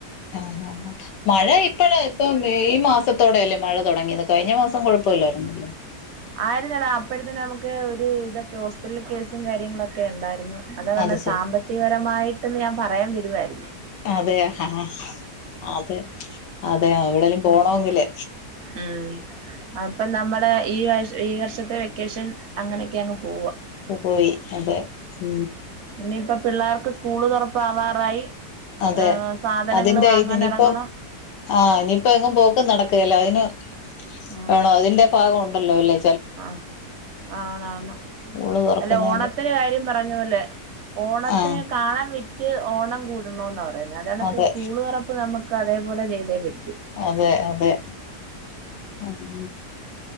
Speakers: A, on the left; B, on the right.
A: ആഹ് ആഹ് ആഹ് മഴ ഇപ്പഴ എപ്പോം ഈ മാസത്തോടെയല്ലേ മഴ തുടങ്ങിയത് കഴിഞ്ഞ മാസം കുഴപ്പഇല്ലാരുന്നല്ലോ?
B: ആരുന്നെടാ അപ്പോഴത്തെന് നമുക്ക് ഒരു ഇതൊക്കെ ഹോസ്പിറ്റ്ല് കേസും കാര്യങ്ങളുഒക്കെ ഒണ്ടാരുന്നു. അതാ പറഞ്ഞേ
A: അത് ശരി
B: സാമ്പത്തികപരമായിട്ടും ഞാൻ പറയാൻ വരുവാരുന്നു.
A: അതെയ ആഹ അതെ അതെ എവിടെലും പോണോങ്കില്.
B: ഉം അതിപ്പം നമ്മള്. ഈ വ ഈ വർഷത്തെ വെക്കേഷൻ അങ്ങനെഒക്കെ അങ് പോവ.
A: <unintelligible> പോയി അതെ ഉം
B: ഇനിപ്പോ പിള്ളേർക്ക് സ്കൂള് തൊറപ്പാവാറായി.
A: അതെ
B: ഏഹ് സാധനങ്ങള്
A: അതിന്റെ
B: വാങ്ങാൻ
A: ഇതിനിപ്പം
B: ഏറങ്ങണം.
A: ആഹ് ഇനിപ്പോ എങ്ങും പോക്കും നടക്കേല്ല അതിന്
B: ഉം
A: വേണോ അതിന്റെ ഭാഗം ഒണ്ടല്ലോലേ
B: ആഹ് ആണാണ്
A: സ്കൂള് തുറക്കുന്നതിന്റെ
B: അല്ല ഓണത്തിന് കാര്യം പറഞ്ഞ പോലെ ഓണത്തിന്
A: ആഹ്
B: കാണം വിറ്റ് ഓണം കൂടണോന്ന പറയുന്നത് അത് കണക്ക്
A: അതെ
B: സ്കൂള് തൊറ പ്പ് നമക്ക് അതേപോലെ ചെയ്തേ പറ്റു.
A: അതെ അതെ ആഹ്